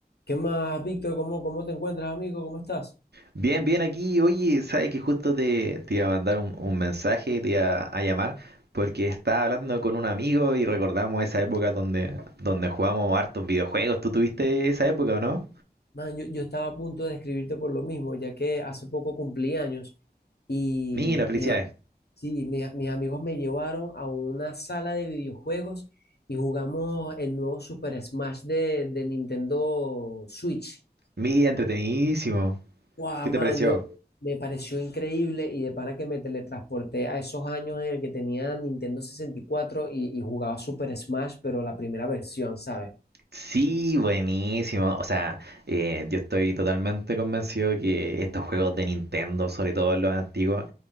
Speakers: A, on the left (about 75°); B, on the right (about 80°).
A: ¿Qué más, Víctor? ¿Cómo, cómo te encuentras, amigo? ¿Cómo estás?
B: Bien, bien aquí. Oye, sabes que justo te, te iba a mandar un, un mensaje, te iba a llamar, porque estaba hablando con un amigo y recordamos esa época donde, donde jugamos hartos videojuegos. ¿Tú tuviste esa época o no?
A: Man, yo, yo estaba a punto de escribirte por lo mismo, ya que hace poco cumplí años y
B: Mira, felicidades.
A: mis, a- sí, mi- mis amigos me llevaron a una sala de videojuegos y jugamos el nuevo Super Smash de, de Nintendo Switch.
B: Mira, entretenidísimo.
A: Wow,
B: ¿Qué
A: man,
B: te pareció?
A: yo me pareció increíble y de para que me teletransporté a esos años en el que tenía Nintendo 64 y, cuatro y y jugaba Super Smash, pero la primera versión, ¿sabes?
B: Sí, buenísimo. O sea, eh, yo estoy totalmente convencido que estos juegos de Nintendo, sobre todo los antiguos,